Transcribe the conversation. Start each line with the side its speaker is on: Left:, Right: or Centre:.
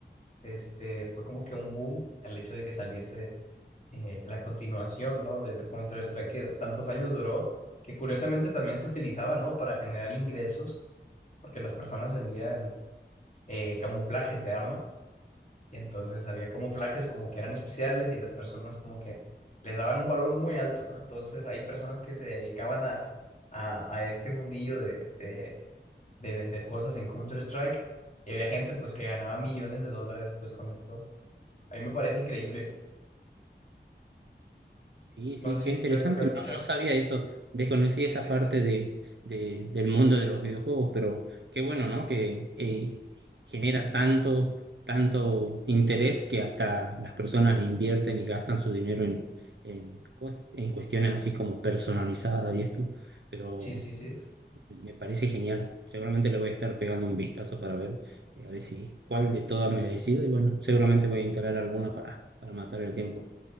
Left: este, fue como que un boom el hecho de que saliese. eh, la continuación, ¿no? Del Counter-Strike que tantos años duró, que curiosamente también se utilizaba, ¿no? Para generar ingresos, porque las personas vendían eh, camuflajes de arma, y entonces había camuflajes como que eran especiales y las personas como que les daban un valor muy alto, ¿no? Entonces hay personas que se dedicaban a, a, a este mundillo de, de, de vender cosas en Counter-Strike, y había gente pues que ganaba millones de dólares pues con esto. A mí me parece increíble.
Right: Sí, sí,
Left: No sé
Right: qué interesante.
Left: si te toca
Right: No,
Left: escuchar.
Right: no sabía eso. Desconocí
Left: Sí,
Right: esa
Left: sí,
Right: parte
Left: sí.
Right: de, de- del mundo de los videojuegos, pero qué bueno, ¿no? Que eh, genera tanto, tanto interés que hasta las personas invierten y gastan su dinero en, en, cos- en cuestiones así como personalizadas y esto. Pero
Left: Sí, sí, sí.
Right: me parece genial. Seguramente le voy a estar pegando un vistazo para ver, eh, a ver si cuál de todas me decido. Y bueno, seguramente voy a instalar alguna para, para matar el tiempo.